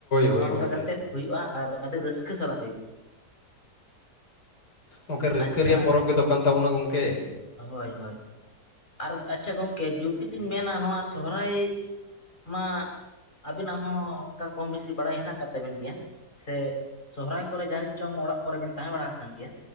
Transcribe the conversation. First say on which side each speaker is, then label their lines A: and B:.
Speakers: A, on the left (about 30°); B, on the left (about 75°).
A: ᱱᱚᱜᱼᱚ
B: ᱦᱳᱭ
A: ᱱᱚᱝᱠᱟ
B: ᱜᱚᱝᱠᱮ
A: ᱠᱟᱛᱮᱫ ᱦᱩᱭᱩᱜᱼᱟ ᱟᱨ ᱟᱰᱤ ᱨᱟᱹᱥᱠᱟ ᱥᱟᱞᱟᱜ ᱦᱩᱭᱩᱜᱼᱟ᱾
B: ᱚᱱᱠᱟ ᱨᱟᱹᱥᱠᱟ
A: ᱟᱪᱪᱷᱟ
B: ᱨᱮᱭᱟᱜ ᱯᱚᱨᱚᱵᱽ ᱜᱮ ᱛᱚ ᱠᱟᱱ ᱛᱟᱵᱚ ᱱᱟ ᱜᱚᱝᱠᱮ
A: ᱦᱳᱭ ᱦᱳᱭ ᱟᱨ ᱟᱪᱪᱷᱟ ᱜᱚᱝᱠᱮ ᱡᱩᱫᱤ ᱞᱤᱧ ᱢᱮᱱᱟ ᱱᱚᱣᱟ ᱥᱚᱦᱚ ᱨᱟᱭ ᱢᱟ ᱟᱵᱤᱱᱟᱜ ᱦᱚᱸ ᱚᱱᱠᱟ ᱠᱚᱢ ᱵᱮᱥᱤ ᱵᱟᱲᱟᱭ ᱦᱮᱱᱟᱜ ᱟᱠᱟᱫ ᱛᱟᱵᱤᱱ ᱜᱮᱭᱟ ᱥᱮ ᱥᱚᱦᱨᱟᱭ ᱠᱚᱨᱮ ᱡᱟᱹᱱᱤᱡ ᱪᱚᱝ ᱚᱲᱟᱜ ᱠᱚᱨᱮ ᱵᱮᱱ ᱛᱟᱦᱮᱸ ᱵᱟᱲᱟ ᱟᱠᱟᱱ ᱜᱮᱭᱟ